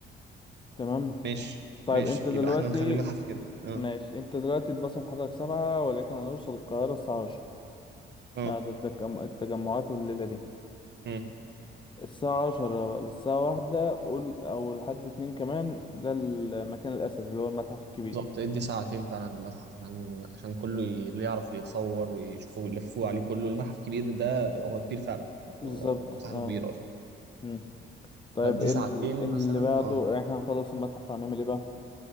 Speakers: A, on the left; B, on the right.
A: تمام
B: ماشي
A: طيب
B: ماشي
A: انت دلوقتي
B: يبقى احنا نخلي المتحف كده اه
A: ماشي انت دلوقتي الباص هيتحرك سبعة ولكن هنوصل القاهره الساعه عشرة
B: اه
A: بعد التجم- التجمعات والليله دي
B: امم
A: الساعة عشرة للساعة واحدة قول أو لحد اتنين كمان ده المكان الأثري اللي هو المتحف الكبير
B: بالظبط ادي ساعتين فعلا للمتحف عشان عشان كله ي- اللي يعرف اللي يتصور ويشوفوه ويلفوه عليه كله المتحف كبير ده هو كبير فعلا يعني
A: بالظبط
B: هو- هو مساحته
A: اه
B: كبيرة اصلا
A: مم. طيب
B: فادي
A: ال...
B: ساعتين
A: اللي
B: مثلا
A: بعده
B: اه
A: يعني احنا هنخلص المتحف هنعمل ايه بقى؟